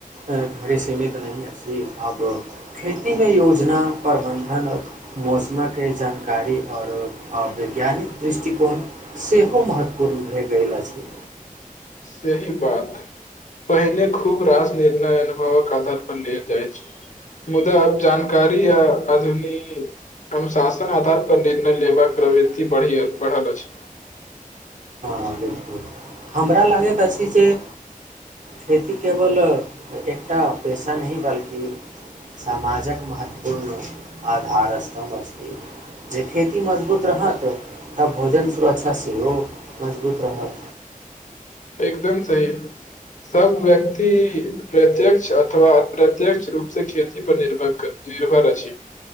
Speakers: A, on the right; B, on the left.
A: घड़ी सीमित नहि अछि अब खेतीमे योजना प्रबन्धन मौसमे के जानकारी आओर वैज्ञानिक दृष्टिकोण सेहो महत्वपूर्ण भए गेल अछि
B: सही बात पहिने खूब रास निर्णय अनुभवक आधार पर लेल जाइत अछि मुदा जानकारी आ आधुनिक अनुशासन आधार पर निर्णय लेबाक प्रवृति बढ़ि बढ़ल अछि
A: हँ बिलकुल हमरा लागैत अछि जे खेती केवल एकटा पेशा नहि बल्कि समाजक महत्वपूर्ण आधार स्तम्भ अछि जे खेती मजबूत रहत तऽ भोजन सुरक्षा सेहो मजबूत रहत
B: एकदम सही सब व्यक्ति प्रत्यक्ष अथवा अप्रत्यक्ष रूप से खेती पर निर्भर निर्भर अछि